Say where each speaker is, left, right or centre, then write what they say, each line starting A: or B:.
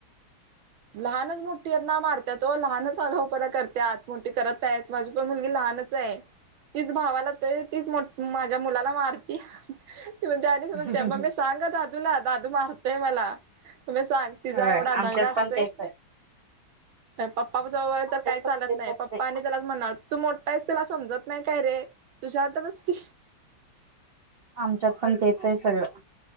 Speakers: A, on the right; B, on the right.
A: लहानच मोठ्याना मारतात ओ, लहानच आगापणा करत्यात. मोठी करत आहे माझी पण मुलगी लहानच आहे तीच भावाला ते तेच, माझ्या मुलाला मारती ती म्हणते,
B: हम्म.
A: मम्मी सांगआता. दादू मारतोय मला तुम्ही सांग तिचा
B: होय
A: एवढा
B: आमच्यात
A: दंग असतो.
B: पण तेच आहे.
A: पप्पा जवळ
B: आमच्यात
A: तर काही
B: पण
A: चालत
B: तेच
A: नाही
B: असते
A: पप्पा आणि त्यालाच म्हण तू मोठा आहेस त्याला समजत नाही काय रे तु शांत बस की.
B: आमच्यात पण तेच आहे सगळं